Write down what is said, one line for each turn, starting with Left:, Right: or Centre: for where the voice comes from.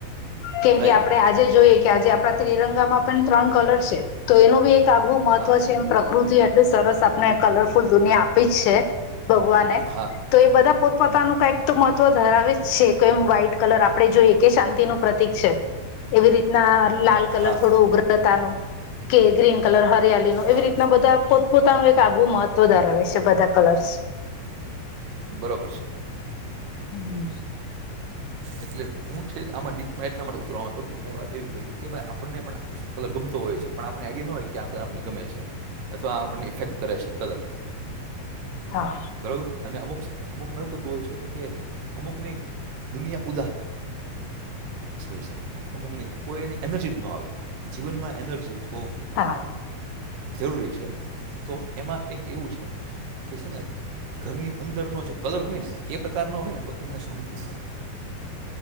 Left: કેમ
Right: રાઈટ
Left: કે આપણે આજે જોઈએ કે આજે આપણા ત્રિરંગામાં પણ ત્રણ કલર છે તો એનું બી એક આગવું મહત્વ
Right: હા
Left: છે. પ્રકૃતિએ આટલી સરસ આપને કલરફુલ દુનિયા આપી છે. ભગવાને
Right: હા
Left: તો એ બધા પોતપોતાનું
Right: હમ
Left: કાઈક તો મહત્વ ધરાવે જ છે કે એમ વ્હાઈટ કલર આપણે જોઈએ કે શાંતિનું પ્રતિક છે. એવી રીતના લાલ કલર
Right: હા
Left: થોડું ઉગ્રતાનું કે ગ્રીન કલર હરિયાલીનો
Right: હા
Left: એવી રીતના બધા પો પોતાનું એક આગવું મહત્વ ધરાવે છે બધા કલર્સ.
Right: બરોબર છે.
Left: હમ્મ
Right: એટલે હું છે આમાં ડીપમાં એટલા માટે ઉતરવાનો હતો કે મેં વાત એવી કરી કે ભાઈ આપણને પણ કલર ગમતો હોય છે પણ આપણને આઈડિયા ન હોય કે આ કલર આપણને ગમે છે અથવા આપણને ઇફેક્ટ કરે છે, કલર
Left: હા
Right: બરોબર અને અમુક અમુકમાં એવું થતું હોય છે કે અમુકની દુનિયા ઉદા સ હોય સાવ. અમુકને કોઈ એને એનર્જજ નો આવે. જીવનમાં એનર્જી જ બહુ
Left: હા
Right: જરૂરી છે, તો એમાં એક એવું છે. કે છેને ઘરની અંદરનો જે કલર હોયને, એ પ્રકારનો હોયને તો તમને શાંતિ મળે